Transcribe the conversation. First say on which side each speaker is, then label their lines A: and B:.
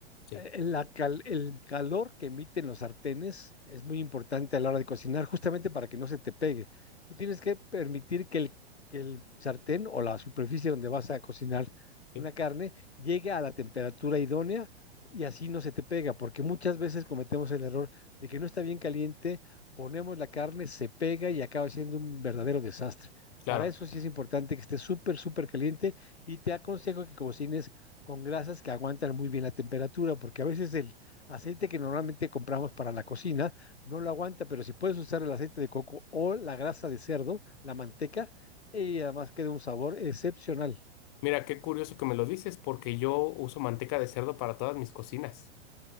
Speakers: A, on the left; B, on the left.
A: Sí,
B: eh, la cal- el calor que emiten los sartenes es muy importante a la hora de cocinar, justamente para que no se te pegue. Tú tienes que permitir que el, que el sartén o la superficie donde vas a cocinar
A: sí,
B: una carne llegue a la temperatura idónea y así no se te pega, porque muchas veces cometemos el error de que no está bien caliente, ponemos la carne, se pega y acaba siendo un verdadero desastre.
A: claro.
B: Para eso sí es importante que esté súper, súper caliente y te aconsejo que cocines con grasas que aguantan muy bien la temperatura, porque a veces el aceite que normalmente compramos para la cocina no lo aguanta, pero si puedes usar el aceite de coco o la grasa de cerdo, la manteca, y además queda un sabor excepcional.
A: Mira, qué curioso que me lo dices, porque yo uso manteca de cerdo para todas mis cocinas.